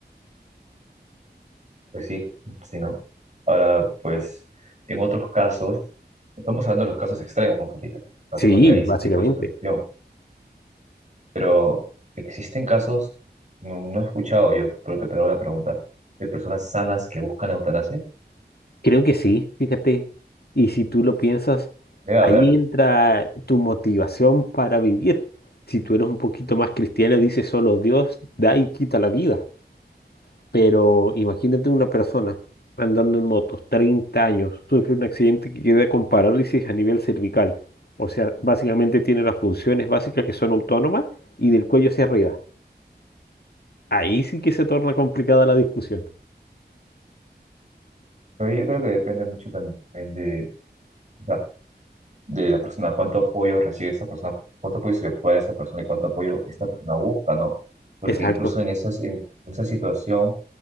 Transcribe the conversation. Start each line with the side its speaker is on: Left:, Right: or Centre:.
Right: Pues sí, sí, ¿no? Ahora, pues, en otros casos, estamos hablando de los casos extremos ahorita, casos
Left: Sí,
Right: donde hay ese
Left: básicamente.
Right: tipo de situación, pero existen casos, no, no he escuchado yo, pero te hago la pregunta, de personas sanas que buscan eutanasia.
Left: Creo que sí, fíjate. Y si tú lo piensas,
Right: Debe haber,
Left: ahí entra tu motivación para vivir. Si tú eres un poquito más cristiano, dices solo Dios da y quita la vida. Pero imagínate una persona andando en moto, 30 años, sufre un accidente que queda con parálisis a nivel cervical. O sea, básicamente tiene las funciones básicas que son autónomas y del cuello hacia arriba. Ahí sí que se torna complicada la discusión.
Right: pero yo creo que depende mucho también de, o sea, de la persona, cuánto apoyo recibe esta persona, cuánto apoyo se le puede dar a esta persona y cuánto apoyo esta persona busca, ¿no? Porque
Left: Exacto,
Right: incluso en esas, en esa situación,